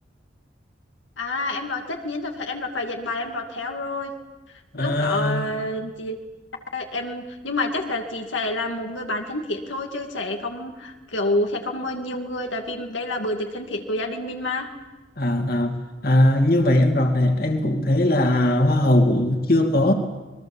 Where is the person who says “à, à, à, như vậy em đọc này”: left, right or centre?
Left